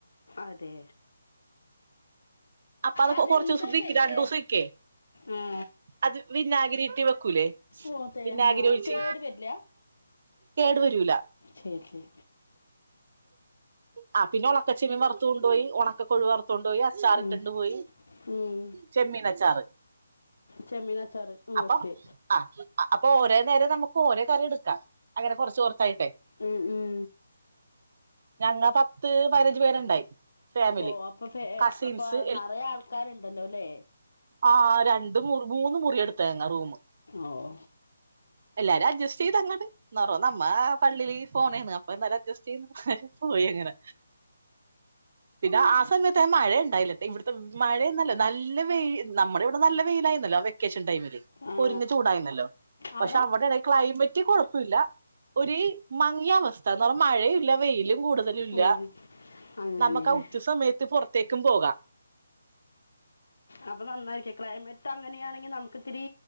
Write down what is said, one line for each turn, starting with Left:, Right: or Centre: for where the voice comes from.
Left: അതെ
Right: അപ്പ അത്
Left: അതെന്താ
Right: കൊറച്ച് ദിവസം നിക്കും
Left: ചെയ്തേ
Right: രണ്ടു ദിവസം നിക്കേ
Left: ആ
Right: അത് വിന്നാഗിരി ഇട്ട് വെക്കൂലേ
Left: ഓ തേങ്ങ
Right: വിന്നാഗിരി ഒഴിച്ച്
Left: കേട് വരില്ല
Right: കേടു വരൂല
Left: ശരി ശരി
Right: അ പിന്നെ ഉണക്കച്ചെമ്മീൻ വറുത്ത് കൊണ്ടോയി ഉണക്കക്കൊഴു വറുത്ത് കൊണ്ടോയി അച്ചാ
Left: ഉം,
Right: ഇട്ടിണ്ട് പോയി,
Left: ഉം.
Right: ചെമ്മീനച്ചാറ്
Left: ചെമ്മീനച്ചാറ്
Right: അപ്പൊ
Left: ഓക്കെ
Right: ആ അപ്പൊ ഒരോ നേരം നമുക്ക് ഓരോ കറി എടുക്കാ അങ്ങനെ കൊർച്ച് കെർച്ചായിട്ടേ
Left: ഉം ഉം
Right: ഞങ്ങ പത്ത് പതിനഞ്ച് പേരുണ്ടായി ഫാമിലി
Left: ഓ അപ്പൊ ഫേ
Right: കസിൻസ്
Left: അപ്പൊ നറയെ ആൾക്കാരുണ്ടല്ലോ ല്ലേ
Right: അ ആ രണ്ട് മുറി മൂന്ന് മുറി എടുത്തായിരുന്നു ആ റൂമ്
Left: ഓഹ്
Right: എല്ലാരും അഡ്ജസ്റ്റ് ചെയ്തങ്ങട്ട് നറ നന്നാ പള്ളിയി പോണേണ് പല അഡ്ജസ്റ്റ് ചെയ്ത് പോയി അങ്ങനെ. പിന്നെ ആ സമയത്ത് അങ്ങനെ മഴ ഇണ്ടായില്ല ഇവിട്ത്തെ മഴയെന്നല്ലാ നല്ല വെയിൽ നമ്മളിവിടെ നല്ല വെയിലായിരുന്നല്ലോ വെക്കേഷൻ ടൈമില്.
Left: ആ
Right: പൊരിഞ്ഞ ചൂടായിരുന്നല്ലോ പക്ഷെ
Left: അവിടെ
Right: അവടടെ ക്ലൈമറ്റ് കെഴപ്പുല്ല. ഒര് മങ്ങിയവസ്ഥ കാരണം മഴഇല്ല വെയിലും കൂടു ടുതലില്ല
Left: ഉം. അങ്ങനെയല്ലേ
Right: നമ്മക്ക് ആ ഉച്ച സമയത്ത് പുറത്തേക്കും പോകാം
Left: അപ്പൊ, നന്നായിരിക്കും ക്ലൈമറ്റ് അങ്ങനെയാണെങ്കിൽ നമുക്ക് ഇത്തിരി